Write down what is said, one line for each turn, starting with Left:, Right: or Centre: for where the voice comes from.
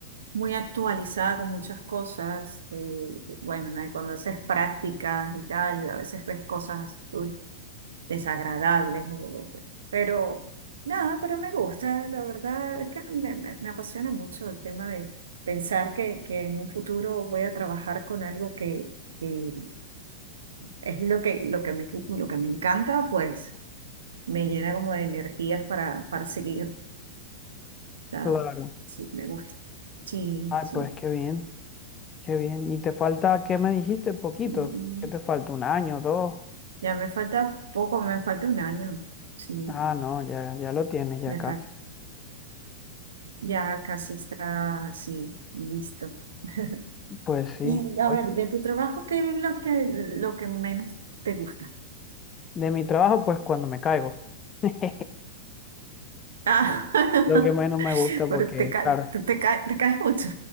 Right: muy actualizada con muchas cosas. eh, bueno, ¿no? Y cuando haces prácticas y tal, a veces ves cosas uy, desagradables. o- pero nada, pero me gusta. La verdad es que me, me- me apasiona mucho el tema de pensar que, que en un futuro voy a trabajar con algo que, que es lo que, lo que me, lo que me encanta, pues me llena como de energías para, para seguir. ¿sabes?
Left: Claro.
Right: Sí, me gusta. Sí,
Left: Ay,
Right: sí.
Left: pues qué bien, qué bien. ¿Y te falta, qué me dijiste? Poquito.
Right: Mm.
Left: ¿Qué te falta? ¿Un año, dos?
Right: Ya me falta poco, me falta un año. Sí,
Left: Ah, no, ya, ya lo tienes, ya
Right: me
Left: casi.
Right: falta. Ya casi está, sí, listo. <laughs>
Left: Pues sí.
Right: Y a
Left: Oye,
Right: ver, de tu trabajo, ¿qué es lo que, lo que menos te gusta?
Left: de mi trabajo, pues cuando me caigo. <laughs>
Right: Ah,
Left: Lo que menos me
Right: <laughs>
Left: gusta porque,
Right: pero te, ca-
Left: claro.
Right: te, te ca- te caes mucho.